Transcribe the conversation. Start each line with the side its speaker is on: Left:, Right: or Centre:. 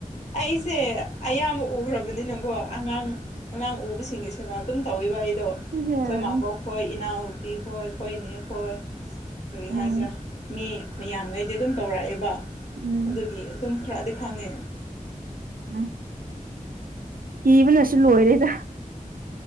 Left: ꯑꯩꯁꯦ ꯑꯌꯥꯝꯕ ꯎꯈ꯭ꯔꯕꯅꯤꯅꯀꯣ ꯑꯉꯥꯡ ꯑꯉꯥꯡ ꯎꯕꯁꯤꯡꯁꯨ ꯁꯦꯕꯥ ꯑꯗꯨꯝ ꯇꯧꯋꯕ ꯑꯩꯗꯣ ꯑꯩꯈꯣꯏ
Right: ꯎꯝ
Left: ꯃꯥꯕꯣꯛ ꯈꯣꯏ ꯏꯅꯥꯎꯅꯨꯄꯤ ꯈꯣꯏ ꯑꯩꯈꯣꯏ ꯏꯅꯤ ꯈꯣꯏ ꯀꯔꯤ
Right: ꯎꯝ
Left: ꯍꯥꯏꯁꯤꯔꯥ ꯃꯤ ꯃꯌꯥꯝꯈꯩꯗꯤ ꯑꯗꯨꯝ ꯇꯧꯔꯛꯑꯦꯕ
Right: ꯎꯝ
Left: ꯑꯗꯨꯒꯤ ꯑꯗꯨꯝ ꯈꯔꯥ ꯈꯥꯒꯦ
Right: ꯑ ꯀꯤꯕꯅꯁꯨ ꯂꯣꯏꯔꯦꯗ